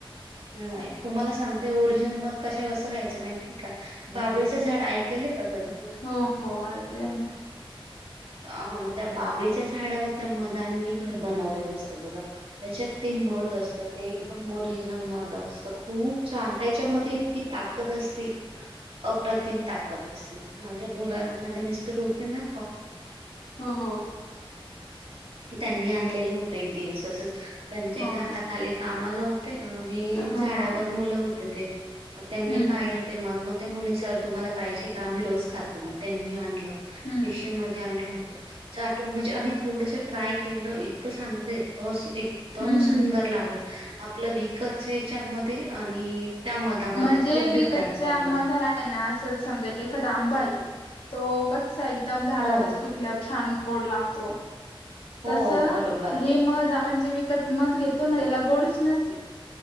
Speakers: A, on the right (about 75°); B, on the left (about 85°).
A: नाही तुम्हाला सांगतेय ओरिजिनल मध कशावरच खायचं माहिती का बाबळी- झाड ऐकलेले का कधी?
B: हो हो ऐकलं ना.
A: आ हा मग त्या बाबळीच्या झाडावर त्या मदांनी घर बनवलेलं असतं बघा. त्याच्यात ते मध असतं ते- ओरिजनल मध असतं खूप छान त्याच्यामध्ये इतकी ताकद असते. अप्रतिम ताकद असते, माझ्या मुला माझे मिस्टर होते ना-
B: ह ह
A: त्यांनी आणलेल होत एक दिवस अस त्यांच्या
B: हो
A: हाताखाली-
B: हो
A: कामाला होते आणि
B: ह
A: झाडावर
B: ह
A: मुलं होते ते त्यांनी
B: हम्म
A: पाहि-
B: हम्म
A: ते मग ते म्हणे सर तुम्हाला पाहिजे का? आम्ही रोज खातो मग त्यांनी आणलं
B: हम्म
A: पिशवी मध्ये - म्हणजे आम्ही थोडस ट्राय केलं इतकं सांगते अस एकदम
B: हम्म
A: सुंदर
B: हम्म
A: लागलं आपलं विकत याच्यामध्ये आणि त्या मधामध्ये
B: म्हणजे
A: खूप
B: विकतच्या
A: डिफरंट वाटलं
B: मधार आहे ना असं समजा एखादा आंबा आहे तो कसा एकदम झाडावरच
A: हो
B: पिकल्यावर छान ड लागतो
A: हो
B: तस
A: बरोबर
B: हे म आपण जे विकत मध घेतो ना त्याला गोडीच नसती